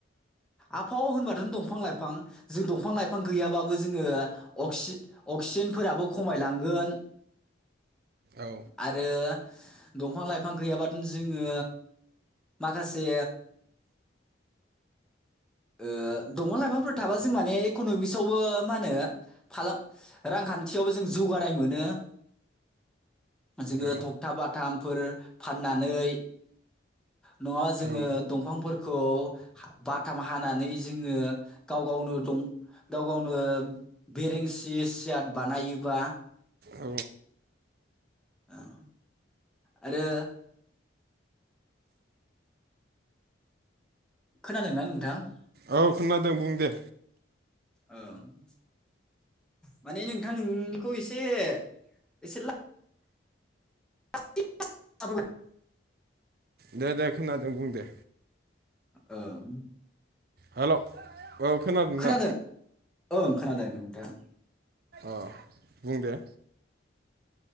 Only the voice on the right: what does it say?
औ।
औ
औ
औ
औ खोनादों बुं दे।
दे दे खोनादों बुं दे।
हेल' औ खोनादोंदा।
ओ बुं दे।